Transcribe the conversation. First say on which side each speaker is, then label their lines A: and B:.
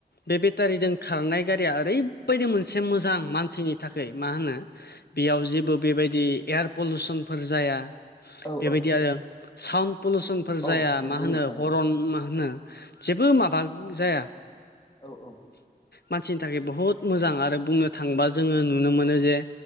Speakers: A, on the left; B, on the left.
A: बे बेटारिजों खारनाय गारिया ओरैबायदि मोनसे मोजां मानसिनि थाखै। मा होनो बेयाव जेबो बेबायदि एयार पलुसनफोर जाया।
B: औ
A: बेबायदि आरो साउन्द पलुसनफोर
B: औ
A: जाया
B: नंगौ
A: मा होनो
B: नोंथां औ
A: हरन मा होनो? जेबो माबा जाया।
B: औ औ।
A: मानसिनि थाखाय बहद मोजां आरो बुंनो थांबा जोङो नुनो मोनो जे